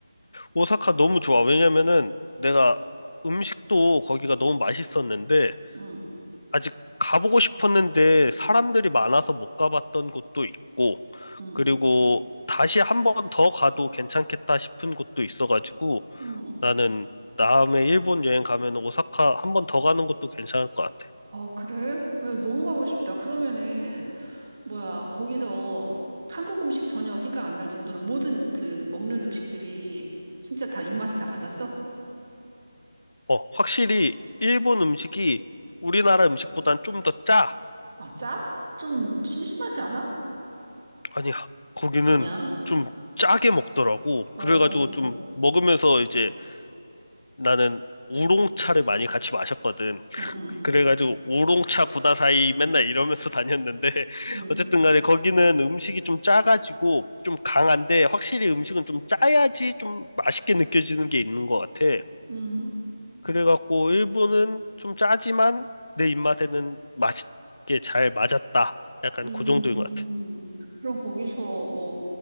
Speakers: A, on the left; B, on the right.
A: 오사카 너무 좋아. 왜냐면은 내가 음식도 거기가 너무 맛있었는데
B: 응,
A: 아직 가보고 싶었는데 사람들이 많아서 못 가봤던 곳도 있고
B: 응,
A: 그리고 다시 한 번 더 가도 괜찮겠다 싶은 곳도 있어가지고
B: 응.
A: 나는 다음에 일본 여행 가면 오사카 한 번 더 가는 것도 괜찮을 것 같아.
B: 아, 그래? 왜, 너무 가고 싶다. 그러면은, 뭐야, 거기서 한국 음식 전혀 생각 안 날 정도로 모든 그 먹는 음식들이 진짜 다 입맛에 다 맞았어?
A: 어, 확실히 일본 음식이 우리나라 음식보단 좀 더 짜.
B: 아, 짜? 좀 심심하지 않아?
A: 아니야, 거기는
B: 아니야.
A: 좀 짜게 먹더라고.
B: 어,
A: 그래가지고
B: 응,
A: 좀 먹으면서 이제 나는 우롱차를 많이 같이 마셨거든.
B: 응,
A: 그래가지고 우롱차 구다사이 맨날 이러면서 다녔는데 <laughs>
B: 응,
A: 어쨌든 간에 거기는 음식이 좀 짜가지고 좀 강한데 확실히 음식은 좀 짜야지 좀 맛있게 느껴지는 게 있는 것 같아.
B: 응.
A: 그래갖고 일본은 좀 짜지만 내 입맛에는 맛있게 잘 맞았다. 약간
B: 음,
A: 그 정도인 것 같아.
B: 그럼 거기서 뭐,